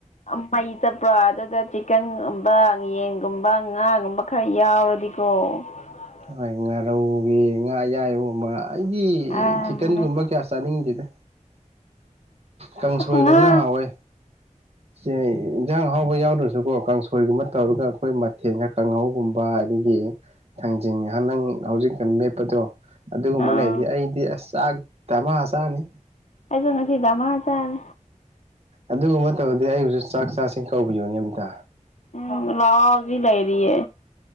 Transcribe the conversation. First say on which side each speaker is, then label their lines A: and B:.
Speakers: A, on the left (about 60°); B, on the right (about 50°).
A: ꯑꯥ ꯃꯩ ꯆꯠꯄ꯭ꯔꯣ ꯑꯗꯨꯗ ꯆꯤꯛꯀꯟꯒꯨꯝꯕ ꯌꯦꯟꯒꯨꯝꯕ ꯉꯥꯒꯨꯝꯕ ꯈꯔ ꯌꯥꯎꯔꯗꯤ <inaudible>
B: ꯍꯣꯏ ꯉꯥꯔꯧꯒꯤ ꯉꯥ ꯑꯌꯥꯏꯕꯒꯨꯝꯕ ꯑꯩꯗꯤ
A: ꯑꯗꯨꯅꯦ
B: ꯆꯤꯛꯀꯟꯒꯨꯝꯕ ꯀꯌꯥ ꯆꯥꯅꯤꯡꯗꯦꯗ ꯀꯥꯡꯁꯣꯏꯒꯨꯝꯕꯅ
A: ꯑꯁ ꯉꯥ
B: ꯍꯥꯎꯋꯦ ꯁꯦ ꯏꯟꯖꯥꯡ ꯑꯍꯥꯎꯕ ꯌꯥꯎꯗ꯭ꯔꯁꯨꯀꯣ ꯀꯥꯡꯁꯣꯏꯒꯨꯝꯕ ꯇꯧꯔꯒ ꯑꯈꯣꯏ ꯃꯊꯦꯟ ꯀꯥꯡꯍꯧꯒꯨꯝꯕ ꯑꯗꯒꯤ ꯊꯥꯡꯖꯅꯤꯡꯉ ꯅꯪ ꯍꯧꯖꯤꯛꯀ ꯂꯦꯞꯄꯗꯣ ꯑꯗꯨꯒꯨꯝꯕ
A: ꯑꯥ
B: ꯂꯩꯗꯤ ꯑꯩꯗꯤ ꯑꯁ ꯆꯥꯛ ꯗꯥꯃ ꯆꯥꯅꯤ
A: ꯑꯩꯁꯨ ꯉꯁꯤ ꯗꯥꯃ ꯆꯥꯏ
B: ꯑꯗꯨꯒꯨꯝꯕ ꯇꯧꯔꯗꯤ ꯑꯩꯕꯨꯁꯨ ꯆꯥꯛ ꯆꯥꯁꯤꯡ ꯀꯧꯕꯤꯌꯣꯅꯦ ꯑꯝꯇ
A: ꯎꯝ ꯂꯥꯛꯑꯣ ꯍꯧꯖꯤꯛ ꯂꯩꯔꯤꯌꯦ